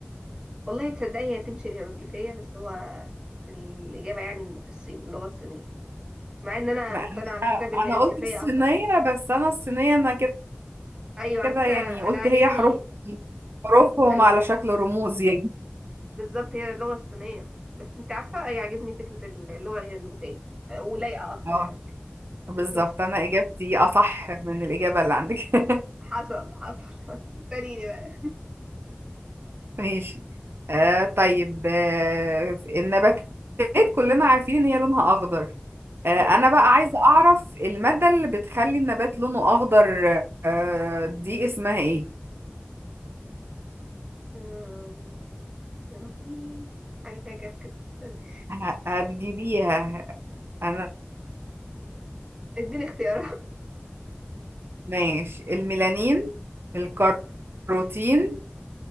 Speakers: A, on the right; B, on the right.
A: والله تصدقي هي تمشي الهيروغليفية بس هو الإجابة يعني الصين اللغة الصينية مع إن أنا
B: ما
A: مقتنعة على
B: انا
A: فكرة بالهيروغليفية
B: أنا قلت الصينية
A: أكتر
B: بس انا الصينية انا كده
A: أيوة
B: كده
A: على فكرة
B: يعني قلت
A: أنا عاجبني
B: هي حروف حروفهم
A: أيوة
B: على شكل رموز يعني
A: بالظبط هي اللغة الصينية بس أنت عارفة أي عاجبني فكرة اللغة الهيروغليفية آه، ولايقة أكتر
B: اه
A: على فكرة
B: بالظبط
A: بالظبط
B: انا اجابتي
A: مم.
B: اصح من الاجابة اللي عندك <laughs>
A: حصل حصل حصل سأليني بقى
B: ماشي آه طيب آه النباتات كلنا عارفين ان هي لونها اخضر آه
A: مم.
B: انا بقى عايزة اعرف المادة اللي بتخلي النبات لونه اخضر آه دي اسمها ايه
A: أم... يا ربي حاجة فيها كاف كده استنى
B: ه- هتجيبيها انا
A: اديني اختيارات
B: ماشي الميلانين
A: <laughs>
B: الكاروتين
A: لا